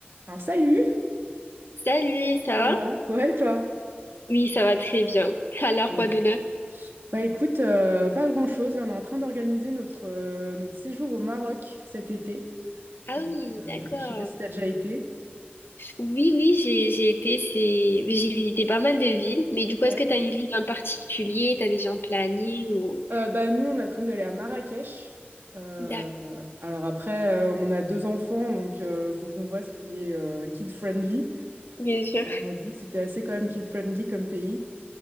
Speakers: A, on the right; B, on the left.
A: Alors salut,
B: Salut, ça
A: Ça
B: va?
A: va? ouais toi.
B: Oui, ça va très bien. <laughs> Alors,
A: Mm.
B: quoi de neuf?
A: Bah écoute, euh, pas grand-chose. On est en train d'organiser notre, euh, notre séjour au Maroc cet été.
B: Ah
A: Donc
B: oui,
A: euh,
B: d'accord.
A: je sais pas si t'as déjà été.
B: Oui, oui, j'ai j'ai été, c'est j'ai visité pas mal de villes, mais du coup,
A: Ouais.
B: est-ce que t'as une ville en particulier? T'as déjà un planning ou...
A: Euh, bah nous on a prévu d'aller à Marrakech. Euh,
B: D'accord.
A: euh, alors après euh, on a deux enfants donc euh, faut qu'on voit ce qui est euh, kid-friendly.
B: Bien sûr.
A: Et On a dit que c'était assez quand même kid-friendly comme pays.